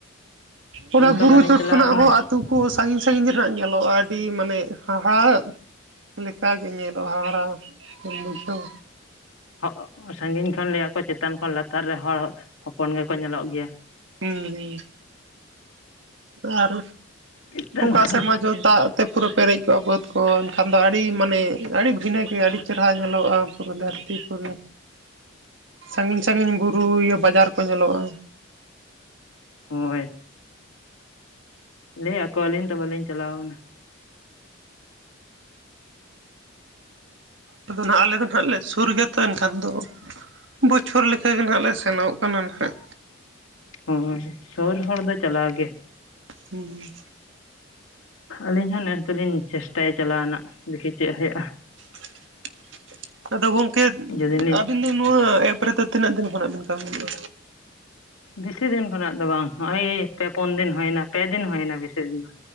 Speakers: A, on the right (about 65°); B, on the left (about 85°).
A: ᱚᱱᱟ ᱵᱩᱨᱩ
B: ᱛᱚ ᱵᱟᱹᱞᱤᱧ
A: ᱪᱚᱴ
B: ᱪᱟᱞᱟᱣ
A: ᱠᱷᱚᱱᱟᱜ
B: ᱠᱟᱱᱟ
A: ᱦᱚᱸ ᱟᱛᱳ ᱠᱚ ᱥᱟᱺᱤᱧ ᱥᱟᱺᱜᱤᱧ ᱨᱮ ᱦᱟᱸᱜ ᱧᱮᱞᱚᱜᱼᱟ ᱟᱹᱰᱤ ᱢᱟᱱᱮ ᱦᱟᱦᱟᱜ ᱞᱮᱠᱟᱜ ᱜᱮ ᱧᱮᱞᱚᱜᱼᱟ ᱦᱟᱦᱟᱲᱟ ᱵᱩᱡᱷᱟᱹᱣ᱾
B: ᱦᱚᱜ ᱥᱟᱺᱜᱤᱧ ᱠᱷᱚᱱ ᱞᱟᱹᱭᱟ ᱠᱚ ᱪᱮᱛᱟᱱ ᱠᱷᱚᱱ ᱞᱟᱛᱟᱨ ᱨᱮ ᱦᱚᱲ ᱦᱚᱯᱚᱱ ᱜᱮᱠᱚ ᱧᱮᱞᱚᱜ ᱜᱮᱭᱟ᱾
A: ᱦᱩᱸ <unintelligible> ᱟᱨ
B: ᱪᱮᱛᱟᱱ
A: ᱚᱠᱟ
B: ᱠᱷᱚᱱ
A: ᱥᱮᱨᱢᱟ ᱡᱚ ᱫᱟᱜ ᱛᱮ ᱯᱩᱨᱟᱹ ᱯᱮᱨᱮᱡ ᱠᱚᱜᱼᱟ ᱵᱟᱹᱫᱽ ᱠᱚ ᱮᱱᱠᱷᱟᱱ ᱫᱚ ᱟᱹᱰᱤ ᱢᱟᱱᱮ ᱟᱹᱰᱤ ᱵᱷᱤᱱᱟᱹᱜᱮ ᱟᱹᱰᱤ ᱪᱮᱨᱦᱨᱟ ᱧᱮᱞᱚᱜᱼᱟ ᱯᱩᱨᱟᱹ ᱫᱷᱟᱹᱨᱛᱤᱯᱩᱨᱩᱨᱤ᱾ ᱥᱟᱺᱜᱤᱧ ᱥᱟᱺᱜᱤᱧ ᱵᱩᱨᱩ ᱤᱭᱟᱹ ᱵᱟᱡᱟᱨ ᱠᱚ ᱧᱮᱞᱚᱜᱼᱟ᱾
B: ᱦᱳᱭ ᱞᱟᱹᱭᱟᱠᱚ ᱟᱹᱞᱤᱧ ᱫᱚ ᱵᱟᱹᱞᱤᱧ ᱪᱟᱞᱟᱣ ᱠᱟᱱᱟ᱾
A: ᱟᱫᱚ ᱱᱟᱜ ᱟᱞᱮ ᱫᱚ ᱱᱟᱦᱟᱜ ᱞᱮ ᱥᱩᱨ ᱜᱮᱭᱟᱛᱚ ᱮᱱᱠᱷᱟᱱ ᱫᱚ ᱵᱚᱪᱷᱚᱨ ᱞᱮᱠᱟᱜᱮ ᱱᱟᱦᱟᱜ ᱞᱮ ᱥᱮᱱᱚᱜ ᱠᱟᱱᱟ ᱱᱟᱦᱟᱜ᱾
B: ᱦᱳᱭ ᱥᱩᱨ ᱦᱚᱲ ᱫᱚ ᱪᱟᱞᱟᱣ ᱜᱮ᱾
A: ᱦᱩᱸ
B: ᱟᱹᱞᱤᱧ ᱦᱚᱸ ᱱᱮᱥ ᱫᱚᱞᱤᱧ ᱪᱮᱥᱴᱟᱭᱟ ᱪᱟᱞᱟᱣ ᱨᱮᱱᱟᱜ ᱫᱮᱠᱷᱤ ᱪᱮᱜ ᱦᱩᱭᱩᱜᱼᱟ᱾
A: <inaudible> ᱟᱫᱚ ᱜᱚᱝᱠᱮ
B: ᱡᱩᱫᱤ ᱞᱤᱧ
A: ᱟᱹᱵᱤᱱ ᱫᱚ ᱱᱚᱣᱟ ᱮᱯ ᱨᱮᱫᱚ ᱛᱤᱱᱟᱹᱜ ᱫᱤᱱ ᱠᱷᱚᱱᱟᱜ ᱵᱤᱱ ᱠᱟᱹᱢᱤᱭᱫᱟ?
B: ᱵᱮᱥᱤ ᱫᱤᱱ ᱠᱷᱚᱱᱟᱜ ᱫᱚ ᱵᱟᱝ ᱱᱚᱜᱼ‌ᱚᱭ ᱯᱮ ᱯᱩᱱ ᱫᱤᱱ ᱦᱩᱭᱱᱟ ᱯᱮ ᱫᱤᱱ ᱦᱩᱭᱱᱟ ᱵᱮᱥᱤ ᱫᱤᱱ ᱫᱚ